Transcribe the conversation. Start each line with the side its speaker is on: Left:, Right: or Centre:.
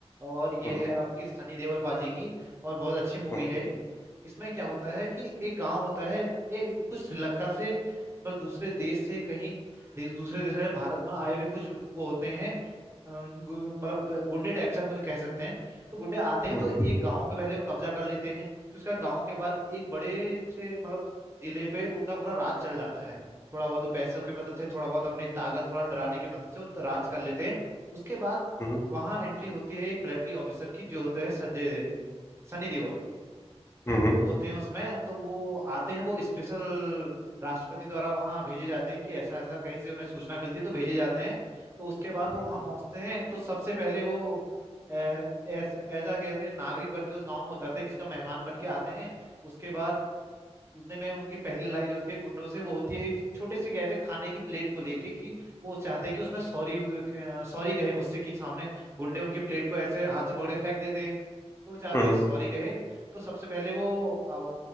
Right: और ये
Left: हम्म
Right: है आपकी सनी देओल पाजी की और बहुत अच्छी मूवी
Left: हम्म
Right: है इसमें क्या होता है कि एक गांव होता है एक कुछ श्रीलंका से मतलब दूसरे देश से कहीं देश दूसरे देश से भारत में आए हुए कुछ वो होते हैं अम, गु- मतलब ब- गुंडे टाइप से हम उन्हें कह सकते हैं तो गुंडे आते हैं
Left: हम्म
Right: तो एक गांव पे पहले वो कब्जा कर लेते हैं फिर उसका गांव के बाद एक बड़े से मतलब जिले पे उनका पूरा राज चल जाता है थोड़ा बहुत तो पैसों की मदद से थोड़ा बहुत अपनी ताकत थोड़ा डराने की मदद से वो राज कर लेते हैं उसके बाद
Left: हम्म
Right: वहां एंट्री होती है एक मिलिट्री ऑफिसर की जो होता है संजय दे- सनी देओल
Left: हम्म, हम्म,
Right: वो होते हैं उसमें तो वो आते हैं वो स्पेशल राष्ट्रपति द्वारा वहां भेजे जाते हैं कि ऐसा ऐसा कहीं से उन्हें सूचना मिलती है तो भेजे जाते हैं तो उसके बाद वो
Left: हम्म
Right: वहां पहुंचते हैं तो सबसे पहले वो ऐसा कहते हैं नागरिक बन के उस गांव में उतरते हैं, किसी का मेहमान बन के आते हैं उसके बाद उतने में उनकी पहली लड़ाई जो होती है गुंडों से वो होती है एक छोटे से कहते हैं खाने की प्लेट को लेके कि वो चाहते हैं कि उसमें सॉरी सॉरी कहे मुझसे कि सामने गुंडे उनकी प्लेट को ऐसे हाथ से पकड़े फेंक देते हैं तो वो जाते
Left: हम्म
Right: सॉरी कहे तो सबसे पहले वो आ,